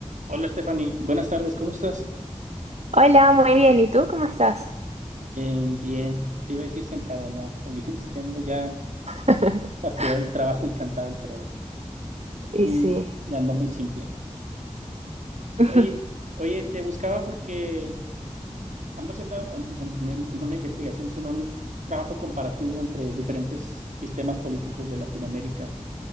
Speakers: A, on the right; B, on the right.
A: Hola Stephanie, buenas tardes, ¿cómo estás?
B: Hola, muy bien. ¿Y tú cómo estás?
A: Eh, bien, te iba a decir sentado, no, estoy bien, <laughs> es que ando ya
B: <laughs>
A: fastidiado del trabajo y cansado del cerebro.
B: Y
A: Mm,
B: sí.
A: y ando muy simple.
B: <laughs>
A: Oye, oye, te buscaba porque ando haciendo eh, me- me- no una investigación, sino un trabajo comparativo entre diferentes sistemas políticos de Latinoamérica